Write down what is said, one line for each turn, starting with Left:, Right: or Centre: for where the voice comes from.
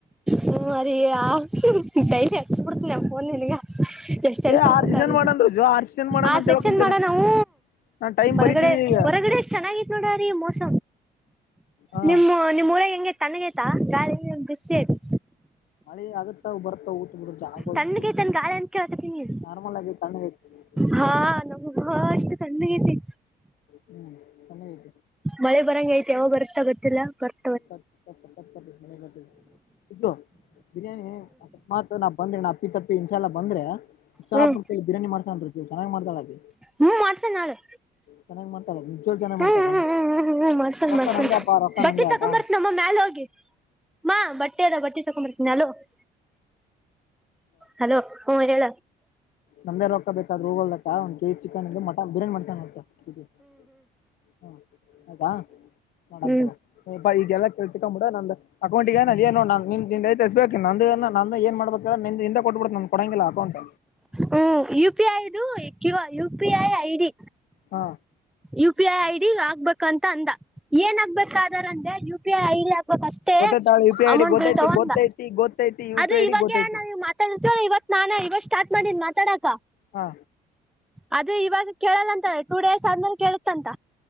Centre: ಹ್ಮ್ ಆರಿಯಾ ಹೂ ಹೂ ಡೈಲಿ ಹಚ್ಚ್ ಬಿಡ್ಡತ್ತೀನಿ ಪೋನ್ ನಿನಗ ಎಷ್ಟ್ ಎಲ್ಪ್
Left: ಏ
Centre: ಆಗುತ್ತೆ
Left: ಆರ್ ಸೀಸನ್ ಮಾಡನ್ ರುಜು ಆರ್ ಸೀಸನ್ ಮಾಡಣ
Centre: ಆ
Left: ಅಂತ
Centre: ಸೆಕ್ಷನ್
Left: ಹೇಳಕ್ ಕುಂತಿಲ್ಲ
Centre: ಮಾಡ್ ನಾವು
Left: ನಾನ್ ಟೈಮ್
Centre: ಹೊರಗಡೆ
Left: ಬರಿತೀನಿ ಈಗ
Centre: ಹೊರಗ್ ಎಷ್ಟ್ ಚೆನ್ನಾಗಿತ್ತು ನೋಡ ರೀ ಮೋಸ
Left: ಹಾ
Centre: ನಿಮ್ಮ ನಿಮ್ಮ್ ಊರಾಗ ಹೆಂಗೆ ತಮಿನೆಟ ಗಾಳಿ ಬಿಸಿ ಐತಿ
Left: ಮಳಿ ಆಗುತ್ತಾವು ಬರ್ತಾವ್ ಊತ್ ಬಿಡ್ ಜ ಆಗಲ್
Centre: ತಣ್ಣಗೈತನ್
Left: ಪೂರ್ತಿ
Centre: ಗಾಳಿ ಅಂತ ಕೇಳಕತೀನಿ
Left: ನಾರ್ಮಲ್ ಆಗಿ ತಣ್ಣಗೈತಿ
Centre: ಹಾ ನಮಗ ಅಷ್ಟು ಕಣ್ಣೈತಿ
Left: ಹ್ಮ್ ತಣ್ಣಗೈತಿ
Centre: ಮಳೆ ಬರಂಗೈತಿ ಯಾವಾಗ ಬರುತ್ತೋ ಗೊತ್ತಿಲ್ಲ ಬರ್
Left: ಸಖತ ಸಖತ್ ಪಟ್ಟ ಮಳೆ ಬರ್ತೀದೆ ಇದು ಬಿರಿಯಾನಿ ಆಕಸ್ಮಾತ್ ನಾ ಬಂದ್ರೆ ನಾ ಅಪ್ಪಿ ತಪ್ಪಿ ಇನ್ಸೆಲ್ಲಾ ಬಂದ್ರೆ. ಅರ್ಚನ್
Centre: ಹ್ಮ್
Left: ಬಿರಿಯಾನಿ ಮಾಡ್ಸನ್ ಚೆನ್ನಾಗ್ ಮಾಡ್ತಾಳ್ ಆಕಿ
Centre: ಹ್ಮ್ ಮಾಡ್ಸನ್ ನಾಳೆ
Left: ಚನ್ನಾಗ್ ಮಾಡ್ತಳ್ ನಿಜ್ವಾಗಳ್ ಚೆನ್ನಾಗಿ
Centre: ಹ್ಮ್
Left: ಮಾಡ್ತಾಳೊ
Centre: ಹ್ಮ್ ಹ್ಮ್ ಹ್ಮ್ ಹ್ಮ್ ಮಾಡ್ಸನ್
Left: ರೊಕ್ಕ
Centre: ಮಾಡ್ಸನ್
Left: ನಂದೇ ಅಪ್ಪ ರೊಕ್ಕ
Centre: ಬಟ್ಟಿ
Left: ನಂದೇ. ಆತಾ
Centre: ತಕೊಂಬರ್ತ್ ಅಮ್ಮ ಮ್ಯಾಲ ಹೋಗಿ ಮಾ ಬಟ್ಟೆ ಅದವ ಬಟ್ಟೆ ತಕೊ ಬರ್ತೀನಿ ಮ್ಯಾಲ್ ಹೋಗಿ ಹಲೋ ಹ್ಮ್ ಹೇಳು
Left: ನಮ್ದೇ ರೊಕ್ಕ ಬೇಕಾದ್ರೆ ಹೋಗಲಿ ಅಕ್ಕ ಒಂದ್ ಕೆ ಜಿ ಚಿಕನ್ ಇ ಮಟನ್ ಬ ಬಿರಿಯಾನಿ ಮಾಡ್ಸಣ್ ಹೊಟು <unintelligible> ಹ ಹೌದ ಐತ ನೋಡಣ
Centre: ಹ್ಮ್
Left: ತಗೋ ಬಾ ಇದ್ದೆಲ್ಲಾ ಇಕೊಂಬಿಡು ನನ್ನದ್ ಅಕೌಂಟಗೆ ಏನ್ ಐದೆ ಏನೊ ನೀನದ್ ಐತೆ ಎಸ್ ಬಿ ಅಕೌಂಟ್ ನನ್ನದು ನು ಏನ್ ಮಾಡ್ಬೇಕು ನಿಂದೇ ಕೊಟ್ಬಿಡ್ತೀನಿ ನಮ್ ಕೊಡಂಗಿಲ್ಲ ಅಕೌಂಟ್
Centre: ಹ್ಮ್ ಯು ಪಿ ಐ ದು Q U P I ID
Left: ಹಾ
Centre: ಯು ಪಿ ಐ ಐಡಿ ಆಗ್ಬೇಕ ಅಂತ ಅಂದ ಏನಾಗಗ್ಬೇಕ್ ಆಧಾರ್ ಅಂದೆ ಯು ಪಿ ಐ ಐಡಿ ಆಗ್ ಹ ಪಾಷ್ಟೇ
Left: ಗೊತ್ತೈತಾ U P I
Centre: amount
Left: D ಗೊತ್ತೈತಿ
Centre: ಬಿಳ್ಳತ್ತಾವಂದ
Left: ಗೊತ್ತೈತಿ ಗೊತ್ತೈತಿ ಯು
Centre: ಅದು
Left: ಪಿ ಐ
Centre: ಇವಾಗೆ
Left: ಡಿ ಗೊತ್ತೈತಿ
Centre: ನಾವು ಮಾತಾಡೈತಿಯೊ ಇವತ್ ನಾನಾ ಇವಾಗ ಸ್ಟಾರ್ಟ್ ಮಾತಡ್ ತಡಕ
Left: ಹಾ
Centre: ಅದು ಇವಾಗ ಕೇಳಲ್ಲಂತಳ ಟೂ ಡೇಸ್ ಆದ್ಮೇಲೆ ಕೇಳುತಂತ